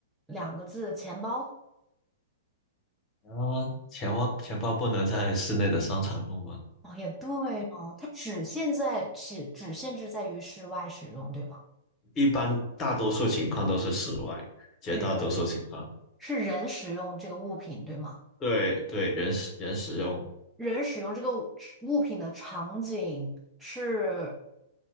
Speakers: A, in the centre; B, on the left.
A: 两个字，钱包。
B: 然后钱包钱包不能在室内的商场用吗？
A: 哦，也对哦，它只限在只只限制在于室外使用，对吗？
B: 一般大多数情况都是室外，绝大多数情况。
A: 人是人使用这个物品，对吗？
B: 对对，人使人使用。
A: 人使用这个物物品的场景是